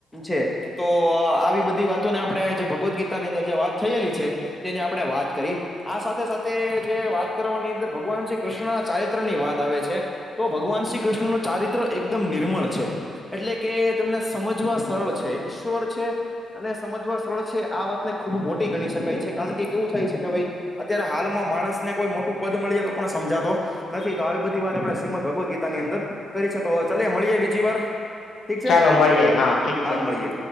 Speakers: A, in the centre; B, on the left.
A: છે તો આવી બધી વાતો ને આપણે જે ભગવદ્ ગીતા ની અંદર જે વાત થયેલી છે. તેની આપણે વાત કરી. આ સાથે સાથે જે વાત કરવાની અંદર ભગવાન શ્રી કૃષ્ણના ચારિત્ર ની વાત આવે છે. તો ભગવાન શ્રી કૃષ્ણનું ચારિત્ર એકદમ નિર્મળ છે. એટલે કે તમને સમજવા સરળ છે ઈશ્વર છે અને સમજ. સ્થળ છે આ વાતને ખુબ મોટી ગણી શકાય છે કારણ કે કેવું થાય છે કે ભાઈ. અત્યારે હાલમાં માણસ ને કોઈ મોટું પદ મળી જાય તો પણ સમજાતો નથી તો આવી બધી વાત આપડણે શ્રીમદ ભગવદ્ ગીતા ની અંદર કરી છે તો ચલ મળી જાય બીજી વાર. ઠીક છે
B: ચાલો મળીએ ઠીક
A: હા
B: છે
A: મળીએ.